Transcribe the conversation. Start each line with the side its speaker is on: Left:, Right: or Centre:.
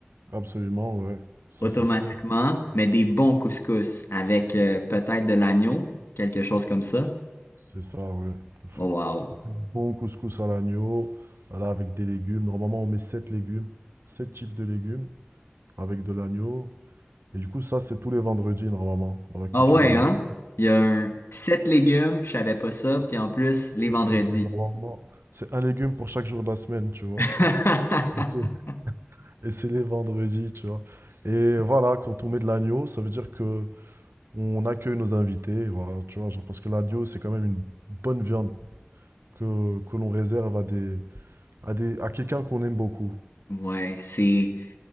Right: Absolument, ouais. Ça,
Left: automatiquement,
Right: c'est sûr.
Left: mais des bons couscous avec euh, peut-être de l'agneau, quelque chose comme ça.
Right: C'est ça, ouais. On fait-
Left: Oh wow.
Right: Bon couscous à l'agneau, voilà, avec des légumes. Normalement, on met 7 légumes, 7 types de légumes avec de l'agneau. Et du coup, ça, c'est tous les vendredis, normalement, dans la culture
Left: Ah ouais,
Right: marocaine.
Left: hein? Il y a un sept légumes, je savais pas ça, puis en plus, les vendredis.
Right: 7 légumes, normalement. C'est un légume pour chaque jour de la semaine, tu vois.
Left: <laughs>
Right: Ok. Et c'est les vendredis, tu vois. Et voilà, quand on met de l'agneau, ça veut dire que on accueille nos invités, voilà, tu vois, genre, parce que l'agneau, c'est quand même une bonne viande que, que l'on réserve à des, à des, à quelqu'un qu'on aime beaucoup.
Left: Ouais, c'est